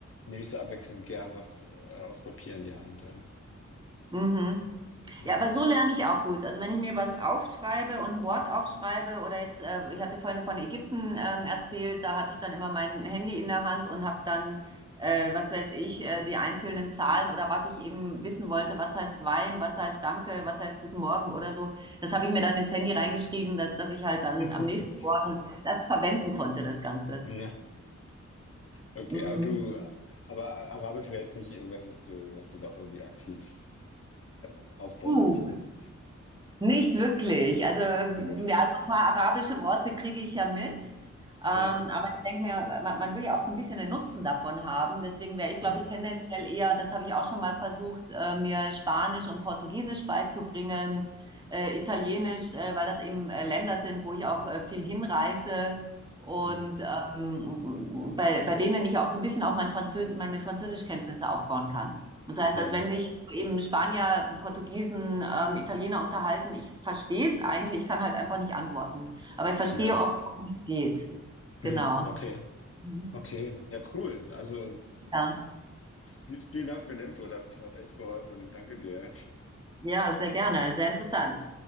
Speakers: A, on the left; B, on the right.
A: nehme ich so abwechselnd gern was äh, aus Papier in die Hand. ja.
B: Mhm.
A: Mhm.
B: Ja, aber so lerne ich auch gut. Also wenn ich mir was aufschreibe und ein Wort aufschreibe oder jetzt, äh, ich hatte vorhin von Ägypten ähm, erzählt, da hatte ich dann immer mein Handy in der Hand und habe dann, äh, was weiß ich, äh, die einzelnen Zahlen oder was ich eben wissen wollte, was heißt Wein, was heißt Danke, was heißt Guten Morgen oder so. Das habe ich mir dann ins Handy reingeschrieben, dass, dass ich halt dann
A: <laughs>
B: am nächsten Morgen das verwenden konnte, das Ganze.
A: Ja, okay,
B: Mhm.
A: aber du, aber Arabisch wäre jetzt nicht irgendwas, was du, was du doch irgendwie aktiv äh, aufbauen
B: Uh.
A: möchtest.
B: Nicht wirklich. Also, ja, so
A: Okay.
B: ein paar arabische Worte kriege ich ja mit. Ähm,
A: Ja.
B: aber ich denke mir, man, man will ja auch so ein bisschen den Nutzen davon haben. Deswegen wäre ich,
A: Mhm.
B: glaube ich, tendenziell eher, und das habe ich auch schon mal versucht, äh, mir Spanisch und Portugiesisch beizubringen, äh, Italienisch, äh, weil das eben äh, Länder sind, wo ich auch äh, viel hinreise und
A: Mhm.
B: ähm, bei, bei denen ich auch so ein bisschen auf mein Französ meine Französischkenntnisse aufbauen kann. Das heißt,
A: Ja.
B: als wenn sich so eben Spanier, Portugiesen, ähm, Italiener unterhalten, ich verstehe es eigentlich, ich kann halt einfach nicht antworten. Aber ich verstehe
A: Ja.
B: oft, worum es geht. Genau.
A: Mhm. Okay.
B: Mhm.
A: Okay. Ja, cool. Also
B: Ja.
A: viel- vielen Dank für den Input. Hat, hat echt geholfen. Danke dir.
B: Ja, sehr gerne, sehr interessant.